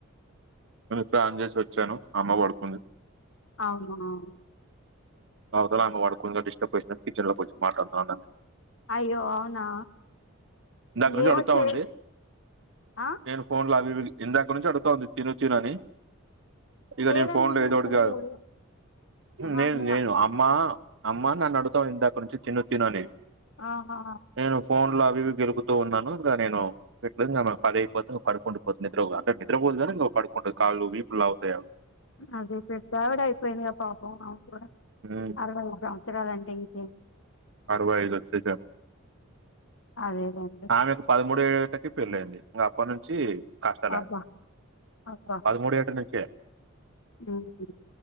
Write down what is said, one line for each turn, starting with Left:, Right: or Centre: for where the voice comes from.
Right: నేను ఫ్యాన్ చేసి వచ్చాను అమ్మ పడుకుంది
Left: అవునా
Right: అవతల ఆమె పడుకుంది కదా డిస్టర్బ్ చేస్తాను కిచెన్ లోకిచ్చి మాట్లాడుతున్నాను నేను
Left: అయ్యో అవునా
Right: ఇందాకా నుంచి
Left: ఏమో
Right: అడుగుతా
Left: చేసి
Right: ఉంది
Left: ఆ
Right: నేను ఫోన్ లో అవి ఇవి ఇందాక నుంచి అడుతాంది తినుచను అని ఇక
Left: లేదండి
Right: నేను ఫోన్ లో ఏదోటి
Left: తినలేదు
Right: కాదు
Left: ఆహా
Right: నేను
Left: అవునా?
Right: నేను అమ్మ అమ్మా నన్ను అడుతాంది ఇందాక్క నుంచి తిను తిను అని
Left: ఆహా
Right: నేను ఫోన్ లో అవి ఇవి గెలుగుతూ ఉన్నాను ఇక నేను ఎట్ల ఇంగ పది అయిపోతేక పడుకుండి పోద్ది నిద్రపోదు అంటే నిద్రపోదు కానీ పడు కాల్లు వీపు లాగుతాయి
Left: అది పెద్దవిడ అయిపోయిందిగా పాపం అమ కూడా
Right: ఉమ్,
Left: అరవై ఐదు సంవత్సరాలండి కె
Right: అరవై ఐదు వచ్చశాయి
Left: అదేలేండి
Right: ఆమెకి పదమూడు ఏటకి పెళ్ళయింది ఇగా అప్పటి నుంచి కష్టాలే
Left: అబ్బా! అబ్బా!
Right: పదమూడో ఏటనుంచే
Left: హ్మ్.